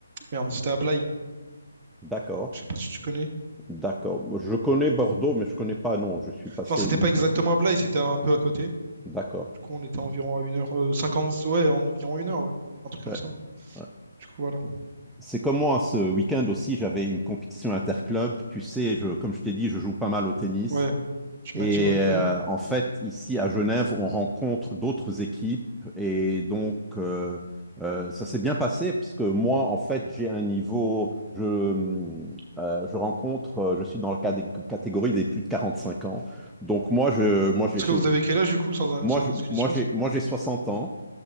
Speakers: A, on the right (about 30°); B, in the centre.
A: Merde, c'était à Blaye.
B: D'accord.
A: Je sais pas si tu connais.
B: D'accord. Je connais Bordeaux, mais je connais pas, non. Je suis passé
A: Enfin, c'était
B: une.
A: pas exactement à Blaye, c'était un peu à côté.
B: D'accord.
A: Du coup, on était environ à 1 h cinquante. ouais, en environ une heure, ouais. Un truc comme
B: Ouais.
A: ça.
B: Ouais.
A: Du coup, voilà.
B: C'est comme moi, ce week-end aussi, j'avais une compétition interclub. Tu sais, je, comme je t'ai dit, je joue pas mal au tennis.
A: Ouais, tu
B: Et
A: m'as dit, ouais, ouais.
B: euh, en fait, ici à Genève, on rencontre d'autres équipes. Et donc, euh, euh, ça s'est bien passé, parce que moi, en fait, j'ai un niveau. Je, euh, je rencontre, euh, je suis dans la cadé- catégorie des plus de 45 ans. Donc, moi, je, moi, j'ai,
A: Parce
B: j'ai-
A: que vous avez quel âge, du coup, sans,
B: moi,
A: sans
B: je-
A: indiscrétion?
B: moi, j'ai, moi, j'ai 60 ans.